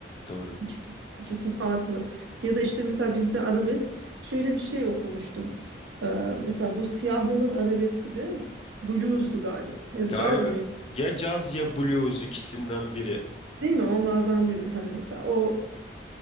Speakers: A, on the left; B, on the right.
A: Doğru.
B: İkisi, ikisi farklı. Ya da işte mesela bizde arabesk şöyle bir şey okumuştum. Ee, mesela bu siyahların arabeski de blues'du galiba. Ya
A: Galiba
B: da caz mıydı?
A: ya caz ya blues ikisinden biri.
B: Değil mi? Onlardan biri. Hani mesela o